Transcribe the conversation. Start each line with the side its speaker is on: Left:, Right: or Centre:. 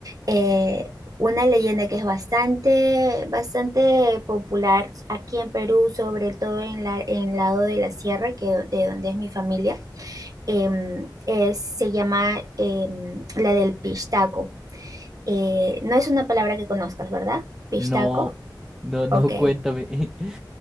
Right: eh, una leyenda que es bastante, bastante popular aquí en Perú, sobre todo en la, en el lado de la sierra, que do- de donde es mi familia, em, es- se llama em, la del pistaco. Eh, no es una palabra que conozcas, ¿verdad? Pistaco,
Centre: No, no, no,
Right: ok.
Centre: cuéntame.
Right: <laughs>
Centre: <laughs>